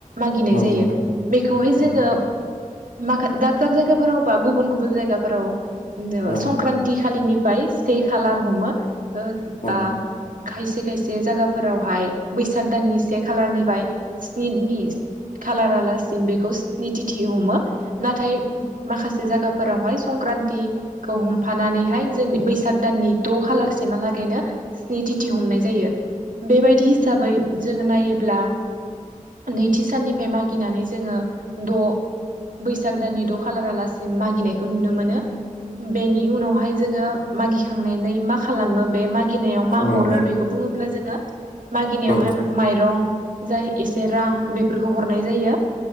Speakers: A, on the right; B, on the left.
A: मागिनाय
B: औ
A: जायो
B: नोंथां
A: बेखौहाय
B: औ
A: जोङो माखा दाब दाब जायगाफोराव बा गुबुन गुबुन जायगाफोराव
B: औ
A: संक्रान्ति खालिनि फ्राय से खालार हमो बा
B: औ
A: <unintelligible> खायसे खायसे जायागाफोरावहाय बैसाग दाननि से खालारनिफ्राय स्निनि खालारालासिम बेखौ सिनिथिथि हमो नाथाय माखासे जायगाफोरावहाय संक्रान्तखौ हमफानानैहाय जों बैसाग दाननि द' खालारसिमहालागैनो स्नि दिथि हमनाय जायो <unintelligible> बेबायदि हिसाबै जोङो नायोब्ला नैथि साननिफ्राय मागिनानै जोङो द' बैसाग दाननि द' खालारालासिम मागिनायखौ नुनो मोनो बेनि उनावहाय जोङो मागिखांनानै मा खालामो बे मागि <inaudible> गिनायाव मा
B: औ नोंथां
A: हरो बेखौ बुङोब्ला जोङो मागिनायावहाय
B: औ
A: माइरं जाय एसे रां बेफोरखौ हरनाय जायो।